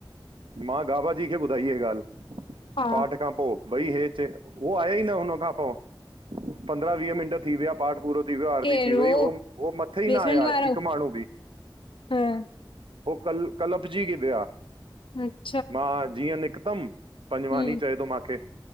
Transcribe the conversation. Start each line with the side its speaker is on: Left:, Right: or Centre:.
Right: मां बाबा जी खे ॿुधाई हीअ ॻाल्हि,
Left: हा
Right: पाठ खां पो। भई हे चए उहो आया ई न हुन खां पो। पंद्रहं वीह मिंट थी विया, पाठ पूरो थी वियो, आरती
Left: केर
Right: थी
Left: हो
Right: वई, उह उह मथे ई
Left: बेसमेंट
Right: न आया
Left: वारो
Right: हिकु माण्हू बि।
Left: हा <inaudible>
Right: हो कल कलप जी विया।
Left: हम <inaudible>
Right: मां जीअं निकतमि, पंजवानी
Left: हुँ,
Right: चए थो मांखे,